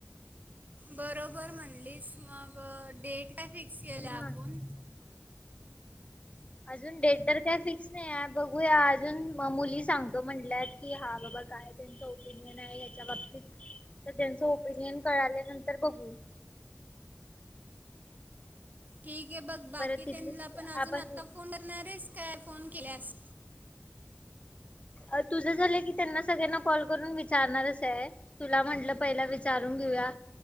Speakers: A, on the right; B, on the left.
A: बरोबर म्हणलीस, मग डेट काय फिक्स केलंय
B: ह
A: आपूण?
B: अजून डेट तर काय फिक्स नाही आहे, बघूया अजून मुली सांगतो म्हणल्यात कि हा बाबा काय त्यांच ओपिनियन आहे याच्या बाबतीत, तर त्यांच ओपिनियन कळाल्यानंतर बघू.
A: ठीक आहे बघ बाकीच्याना
B: परत तिथलीच
A: पण अजून
B: आपण
A: आत्ता फोन करणारेस काय? फोन केल्यास
B: अ तुझ झालं की त्यांना सगळ्यांना कॉल करून विचारणारच आहे, तुला म्हंटल पहिलं विचारून घेऊया.